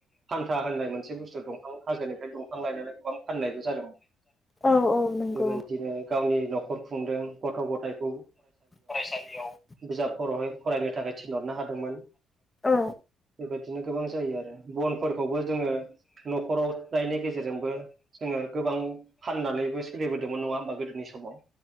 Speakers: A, on the right; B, on the left.
A: फाल्था होननाय मोनसे बुस्थु दंफां हाजोनिफ्राय दंफां लायनानै गोबां फाननायबो जादोंमोन।
B: औ औ नंगौ
A: बेबायदिनो गावनि न'खर खुंदों गथ' गथायखौ
B: फरायसालियाव
A: बिजाबफोरावहाय फरायनो थाखाय थिनहरनो हादोंमोन।
B: औ
A: बेबायदि नो गोबां जायो आरो बनफोरखौबो जोङो न'खराव गायनाय गेजेरजोंबो जोङो गोबां फाननानैबो सोलिबोदोंमोन नङा होनबा गोदोनि समाव